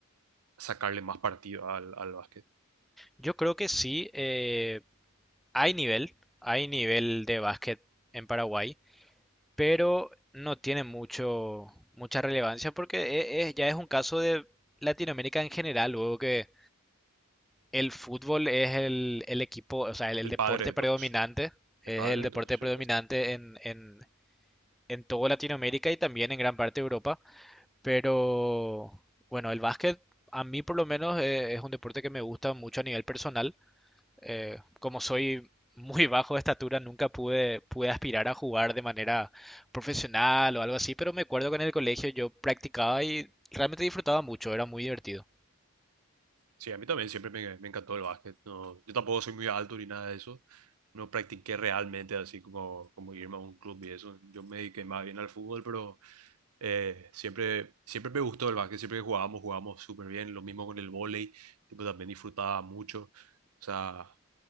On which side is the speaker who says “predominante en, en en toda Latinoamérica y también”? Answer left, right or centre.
Centre